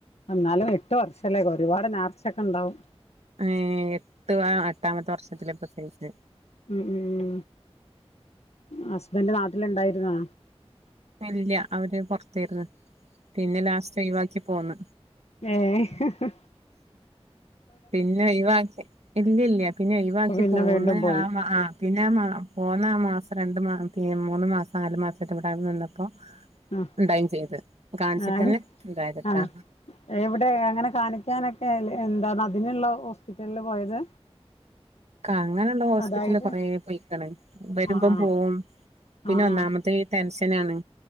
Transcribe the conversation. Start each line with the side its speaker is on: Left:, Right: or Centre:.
Left: ഇന്നാലും എട്ട് വർഷല്ലേ ഒരുപാട് നേർച്ചൊക്കെണ്ടാവും
Right: ഏഹ് എട്ട് വ ആഹ് എട്ടാമത്തെ വർഷത്തിലാ പ്രസവിച്ചെ
Left: ഉം ഉം ഹസ്ബന്റ് നാട്ടിലിണ്ടായിര്ന്നോ
Right: ഇല്ലാ അവര് പൊർത്തേര്ന്ന് പിന്നെ ലാസ്റ്റൊയിവാക്കി പോന്ന്
Left: ഏഹ്
Right: പിന്നൊ ഒയിവാക്കി ഇല്ലല്ലാ പിന്നെ ഒയിവാക്കി
Left: ഇപ്പ പിന്നെ
Right: പോന്ന്
Left: വീണ്ടും പോയി
Right: ആഹ് ആഹ് പിന്നാ മാ പോന്നാ ആ മാസം രണ്ട് മാസ പി മൂന്ന് മാസം നാലു മാസെറ്റെ ഇവിടാണ്ട് നിന്നപ്പോ
Left: ആ
Right: ഇണ്ടായിം ചെയ്ത് കാണിച്ചിട്ടെന്നെ
Left: ആര്
Right: ഇണ്ടായത്ട്ടാ
Left: ആ എവിടെ അങ്ങനെ കാണിക്കാനൊക്കെ എൽ എന്താണതിനുള്ള ഹോസ്പ്പിറ്റലിലാ പോയത്
Right: ക്കങ്ങനെള്ള ഹോസ്പ്പിറ്റലില്
Left: അതായത്
Right: കൊറെ പോയ്ക്ക്ണ് വെരുമ്പം
Left: ആ ആ
Right: പോവും പിന്നെ
Left: ആ
Right: ഒന്നാമതീ ടെൻഷനാണ്